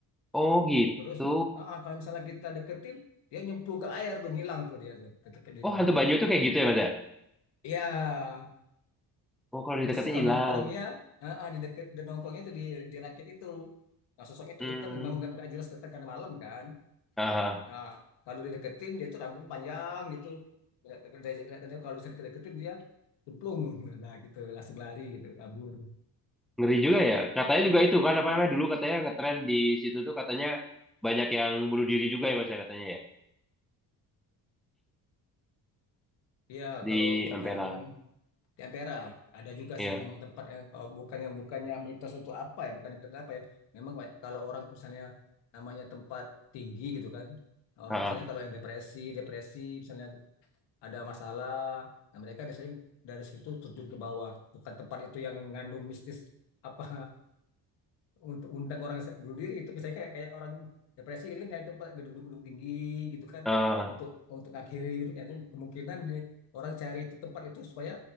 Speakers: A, in the centre; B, on the left (about 80°).
A: oh gitu
B: Terus ah, ah, kalau misalnya kita deketin dia nyemplung ke air tuh ngilang tuh dia tuh ketika gitu.
A: oh hantu banyu tuh kayak gitu ya mas ya
B: Iya
A: oh kalau didekatin
B: Dia tuh suka
A: hilang
B: nongkrongnya ah, ah, di deket di nongkrongnya itu di di rakit itu. Nah, sosok itu
A: hmm
B: hitam memang nggak nggak jelas kelihatan karena malam kan.
A: Ah, ah.
B: Nah, kalau dideketin dia tuh rambutnya panjang gitu. Lihat- lihat- lihat- lihat- Kalau misalnya dideketin dia cemplung <laughs> lah gitu langsung lari gitu kabur.
A: ngeri juga ya katanya juga itu kan apa namanya dulu katanya ngetren di situ tuh katanya banyak yang bunuh diri juga ya mas ya katanya ya
B: Iya,
A: di
B: kalau untuk
A: Ampera
B: yang di Ampera ada juga
A: iya
B: sih memang tempat yang oh, bukannya bukannya mitos untuk apa ya, bukan itu apa ya. Memang kayak kalau orang misalnya namanya tempat tinggi gitu kan. Nah, Orang
A: Ah,
B: misalnya
A: ah.
B: kalau yang depresi, depresi misalnya ada masalah. Nah, mereka biasanya dari situ terjun ke bawah. Bukan tempat itu yang ngandung mistis apa untuk undang orang bunuh diri itu biasanya kayak kayak orang depresi gitu kan dari tempat gedung-gedung tinggi gitu kan
A: Ah, ah.
B: untuk untuk ngakhiri hidupnya. Jadi kemungkinan di, orang cari itu tempat itu supaya